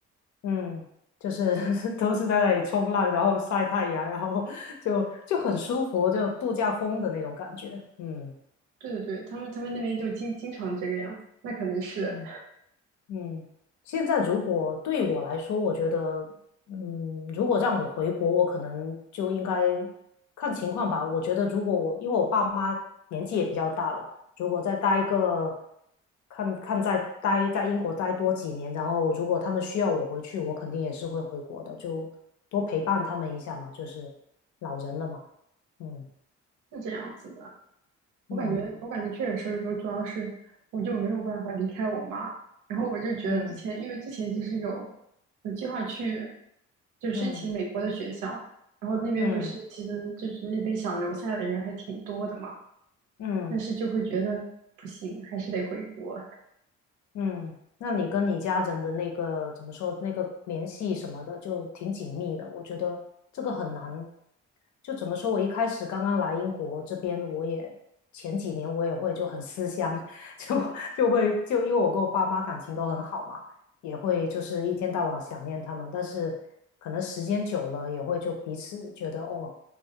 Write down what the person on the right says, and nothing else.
对对对，他们他们那边就经经常这个样子，那可能是
是这样子的。我感觉，
我感觉确实是，就主要是我就没有办法离开我妈。然后我就觉得之前，
因为之前其实有有计划去，就申请美国的学校，
然后那边不是其实就是那边想留下来的人还挺多的嘛，
但是就会觉得不行，
还是得回国。